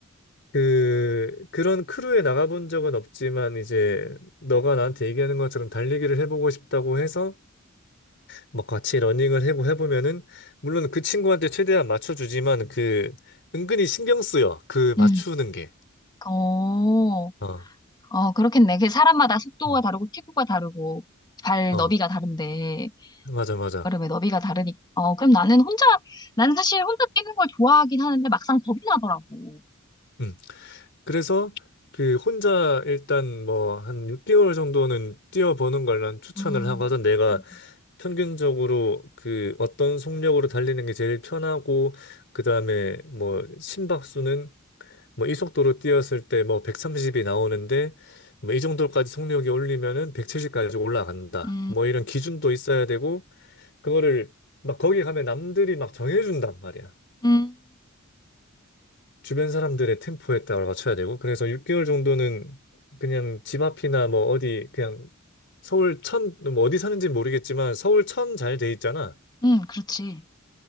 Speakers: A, on the left; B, on the left.
A: 그 그런 크루에 나가본 적은 없지만 이제 너가 나한테 얘기하는 것처럼 달리기를 해보고 싶다고 해서 뭐 같이 러닝을 해고 해보면은 물론 그 친구한테 최대한 맞춰주지만 그 은근히 신경 쓰여 그
B: 음,
A: 맞추는 게
B: 어,
A: 어
B: 어, 그렇겠네. 그 사람마다 속도가
A: 어
B: 다르고 피부가 다르고 발
A: 어,
B: 너비가 다른데.
A: 맞아 맞아
B: 여름에 너비가 다르니까. 어, 그럼 나는 혼자, 나는 사실 혼자 뛰는 걸 좋아하긴 하는데 막상 겁이 나더라고.
A: 응. 그래서 그 혼자 일단 뭐 한 6개월 정도는 뛰어보는 걸 난 추천을
B: 음,
A: 하거든. 내가
B: 음,
A: 평균적으로 그 어떤 속력으로 달리는 게 제일 편하고 그다음에 뭐 심박수는 뭐 이 속도로 뛰었을 때 뭐 130이 나오는데 뭐 이 정도까지 속력이 올리면은 170까지 올라간다.
B: 음,
A: 뭐 이런 기준도 있어야 되고 그거를 막 거기 가면 남들이 막 정해준단 말이야.
B: 음,
A: 주변 사람들의 템포에 따라 맞춰야 되고 그래서 6개월 정도는 그냥 집 앞이나 뭐 어디 그냥 서울 천 뭐 어디 사는지 모르겠지만 서울 천 잘 돼 있잖아.
B: 음, 그렇지.